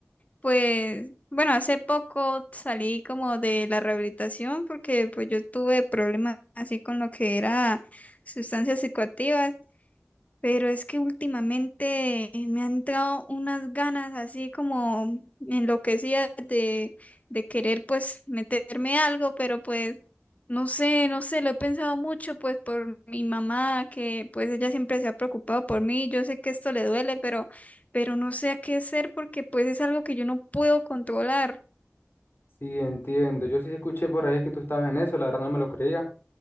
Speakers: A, on the left (about 30°); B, on the left (about 50°).
A: pues, bueno, hace poco salí como de la rehabilitación porque pues yo tuve problemas así con lo que era sustancias psicoactivas. Pero es que últimamente me han dado unas ganas así como enloquecidas de, de querer pues meterme algo, pero pues no sé, no sé, lo he pensado mucho pues por mi mamá, que pues ella siempre se ha preocupado por mí, yo sé que esto le duele, pero, pero no sé a qué hacer porque pues es algo que yo no puedo controlar.
B: Sí, entiendo. Yo sí escuché por ahí que tú estabas en eso, la verdad no me lo creía.